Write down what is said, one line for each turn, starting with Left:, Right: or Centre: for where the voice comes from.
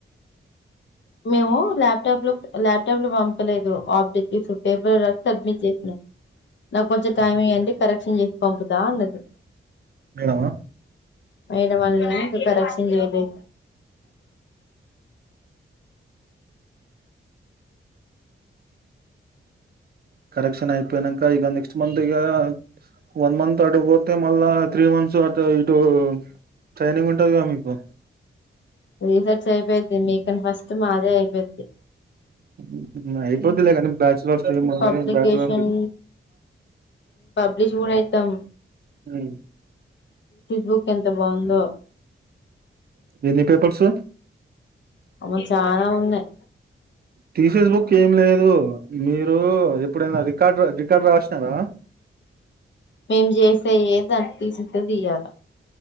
Left: మేము ల్యాప్టాప్ లో ల్యాప్టాప్ లో పంపలేదు ఆబ్జెక్టివ్స్ పేపర్ రాసి సబ్మిట్ చేసినా నాకు కొంచెం టైం ఇయండి కరెక్షన్ చేసి పంపుతా అన్నది
Right: మేడమా
Left: మేడం అనలేదు ఇంకా కరప్షన్ జేయలేదు
Right: కరెక్షన్ ఆయి ప్పనంక ఇగ నెక్స్ట్ మంత్ ఇగా వన్ మంత్ అటుగపోతే మళ్ళా త్రీ మంత్స్ అటు ఇటు ట్రైనింగ్ ఉంటుందిగద మీకు
Left: రీసెర్చ్ అయిపోద్ధి మీక్ కాని ఫస్ట్ మాదే అయిపోద్ది
Right: ఉ ఉ ఐపోద్ది కదా అనీ బ్యాచులర్ఫ్ <unintelligible>
Left: పబ్లికేషన్
Right: బ్యాచులర్
Left: డిసూర్ ఐతం
Right: ఉ
Left: బుక్ ఎంత బాగుందో
Right: ఎన్ని పేపర్సు
Left: అమ్మో చానా ఉన్నాయి
Right: తీసేస్ బుక్ ఏం లేదు మీరు ఏప్పుడైనా రికార్డ్ ర రికార్డ్ రాసినారా
Left: మేం చేసేయ దాంట్ల తీసితే తీయాల